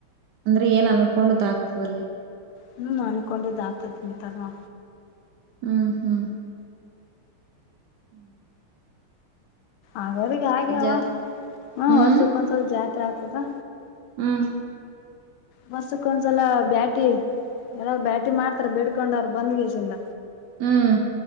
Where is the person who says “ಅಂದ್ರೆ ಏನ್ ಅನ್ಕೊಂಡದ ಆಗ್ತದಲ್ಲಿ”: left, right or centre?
Right